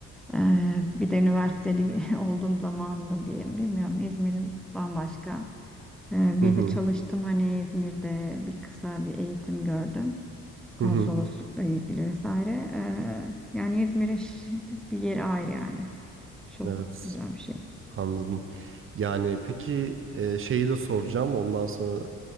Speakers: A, in the centre; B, on the right.
A: E, bir de üniversiteli <laughs> olduğum zaman mı diyeyim bilmiyorum İzmir bambaşka. E,
B: Hı
A: bir
B: hı.
A: de çalıştım hani İzmir'de bir kısa bir eğitim gördüm konsoloslukla
B: Hı hı.
A: ilgili vesaire. E, yani İzmir'in ş- bir yeri ayrı yani çok
B: Evet.
A: güzel bir şey.
B: Anladım. Yani peki e, şeyi de soracağım. Ondan sonra